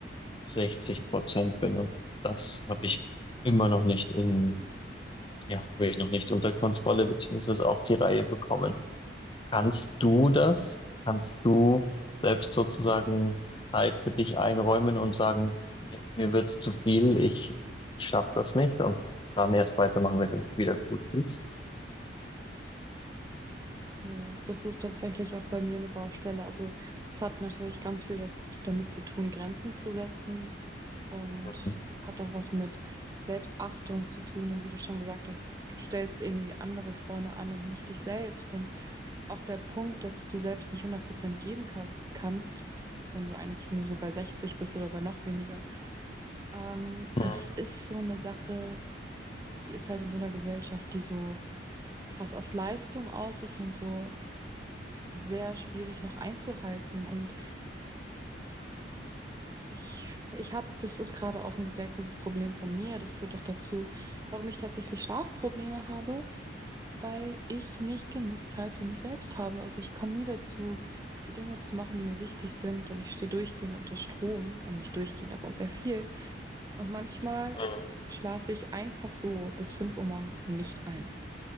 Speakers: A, on the left; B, on the right.
A: 60 Prozent bin. Und das habe ich immer noch nicht in, ja, habe ich noch nicht unter Kontrolle beziehungsweise auf die Reihe bekommen. Kannst du das? Kannst du selbst sozusagen Zeit für dich einräumen und sagen, mir, mir wird's zu viel, ich, ich schaffe das nicht und dann erst weitermachen, wenn du dich wieder gut fühlst?
B: Nee, das ist tatsächlich auch bei mir eine Baustelle. Also es hat natürlich ganz viel daz- damit zu tun, Grenzen zu setzen und
A: Mhm.
B: hat auch was mit Selbstachtung zu tun. Und wie du schon gesagt hast, du stellst irgendwie andere vorne an und nicht dich selbst. Und auch der Punkt, dass du selbst nicht hundert Prozent geben kas- kannst, wenn du eigentlich nur so bei 60 bist oder bei noch weniger, ähm,
A: Mhm.
B: das ist so eine Sache, die ist halt in so einer Gesellschaft, die so krass auf Leistung aus ist und so sehr schwierig noch einzuhalten. Und ich, ich habe, das ist gerade auch ein sehr großes Problem von mir. Das führt doch dazu, warum ich tatsächlich Schlafprobleme habe, weil ich nicht genug Zeit für mich selbst habe. Also ich komme nie dazu, die Dinge zu machen, die mir wichtig sind. Und ich stehe durchgehend unter Strom. Also nicht durchgehend, aber sehr viel. Und manchmal
A: Mhm.
B: schlafe ich einfach so bis 5 Uhr morgens nicht ein.